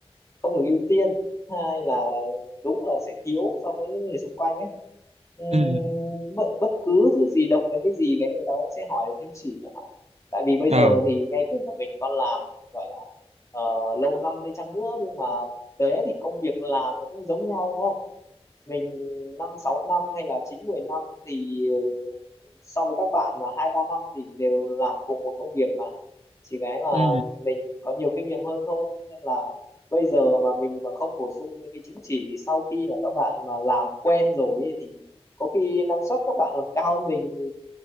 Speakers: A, on the left; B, on the right.
A: không được ưu tiên hai là đúng là sẽ thiếu so với những người xung quanh ấy Ừm,
B: ừ,
A: bất, bất cứ thứ gì động đến cái gì cái người ta cũng sẽ hỏi đến chứng chỉ chẳng hạn tại vì bây
B: ờ,
A: giờ thì ngay cả mình con làm gọi là ờ, lâu năm đi chăng nữa nhưng mà thực tế thì công việc làm nó cũng giống nhau đúng không mình năm sáu năm hay là chín mười năm thì ờ, so với các bạn là hai ba năm thì đều làm cùng một công việc mà chỉ cái là
B: ừ,
A: mình có nhiều kinh nghiệm hơn thôi thế nên là bây giờ mà mình mà không bổ sung những cái chứng chỉ thì sau khi mà các bạn mà làm quen rồi ấy, thì có khi năng suất các bạn còn cao hơn mình thì,